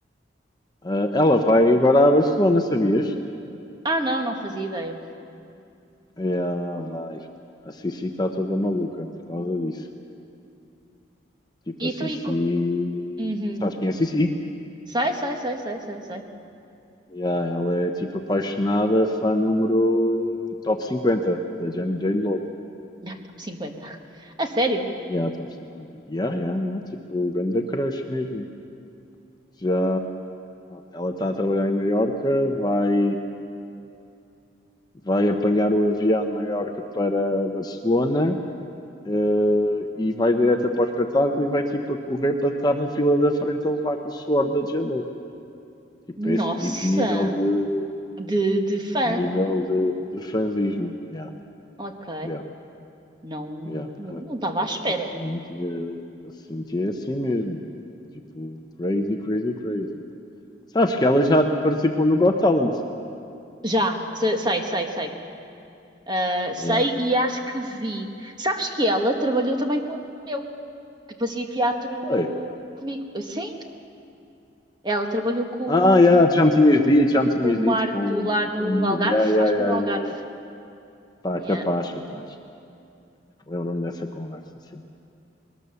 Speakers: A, on the left; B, on the right.
A: Ah, ela vai agora à Barcelona, sabias?
B: Ah, não, não fazia ideia.
A: É, ah, vai. A Sissi está toda maluca por causa disso. Tipo,
B: E
A: a
B: então,
A: Sissi.
B: e. co- Uhum.
A: Sabes quem é a Sissi?
B: Sei, sei, sei, sei, sei, sei.
A: Yeah, ela é tipo apaixonada, fã número top 50 da J Lo.
B: Ah, Top cinquenta. A sério?
A: Yeah, top cinquenta Yeah, yeah, yeah. Tipo, grande crush mesmo. Já ela está a trabalhar em Maiorca, vai, vai apanhar o avião de Maiorca para Barcelona, eh, e vai direto para o espetáculo e vai tipo a correr para estar na fila da frente a levar com o suor da j Tipo,
B: Nossa!
A: esse tipo nível de
B: De, de fã.
A: nível de, de fanzismo. Yeah,
B: Ok.
A: yeah.
B: Não,
A: Yeah.
B: não
A: A
B: não estava à espera.
A: Cíntia, a Cíntia é assim mesmo. Tipo, crazy, crazy, crazy. Sabes que ela já participou no Got Talent.
B: Já, se- sei, sei, sei. Ah, sei
A: Yeah.
B: e acho que vi. Sabes que ela trabalhou também com um amigo meu, que fazia teatro
A: Foi.
B: comigo. Sim, ela trabalhou com,
A: Ah, yeah,
B: o-
A: já me tinhas dito, já me tinhas
B: com o
A: dito
B: Marco
A: com,
B: lá
A: com
B: no
A: o teu amigo.
B: Algarve,
A: Yeah, yeah,
B: acho que
A: yeah,
B: foi no Algarve.
A: yeah. Pá,
B: Yeah.
A: capaz, capaz. Lembro-me dessa conversa, sim.